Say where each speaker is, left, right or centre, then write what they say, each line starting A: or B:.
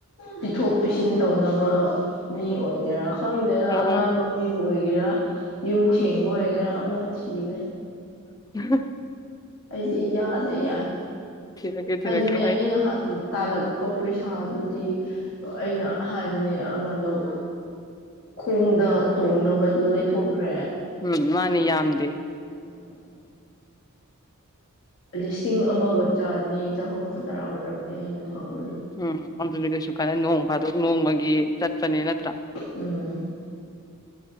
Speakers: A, on the left; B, on the left.
A: ꯄꯤꯊꯣꯛ ꯄꯤꯁꯤꯟ ꯇꯧꯅꯕ ꯃꯤ ꯑꯣꯏꯒꯦꯔꯥ ꯈꯪꯗꯦꯅ
B: ꯑꯣ
A: ꯑꯉꯥꯡ
B: ꯑꯣ
A: ꯂꯧꯕꯤꯕ ꯑꯣꯏꯒꯦꯔꯥ ꯌꯨꯝ ꯁꯦꯡꯕ ꯑꯣꯏꯒꯦꯔꯥ ꯑꯃ ꯊꯤꯌꯨꯅꯦ
B: <unintelligible>
A: ꯑꯩꯗꯤ ꯏꯌꯥꯗ ꯌꯥꯏ
B: ꯊꯤꯔꯛꯀꯦ ꯊꯤꯔꯛꯀꯦ
A: ꯍꯥꯏꯗꯤꯅꯦ ꯑꯩ ꯅꯍꯥꯟ ꯇꯥꯜꯂꯛꯄ ꯄꯩꯁꯥꯗꯨꯗꯤ ꯑꯩꯅ ꯍꯥꯏꯗꯨꯅꯦ ꯑꯃ ꯂꯧ ꯈꯣꯡꯗ ꯇꯣꯡꯅꯕꯗꯣ ꯂꯩꯊꯣꯛꯈ꯭ꯔꯦ
B: ꯎꯝ ꯃꯥꯅꯤ ꯌꯥꯝꯗꯦ
A: <inaudible> ꯂꯤꯁꯤꯡ ꯑꯃꯒ ꯆꯅꯤ ꯆꯍꯨꯝ ꯈꯇꯔꯥ ꯑꯣꯏꯔꯝꯅꯤ ꯑꯩꯅ ꯐꯪꯕꯗꯨ
B: ꯎꯝ <unintelligible> ꯅꯣꯡ ꯐꯥꯗꯣꯛ ꯅꯣꯡꯃꯒꯤ ꯆꯠꯄꯅꯦ ꯅꯠꯇ꯭ꯔꯥ
A: ꯎꯝ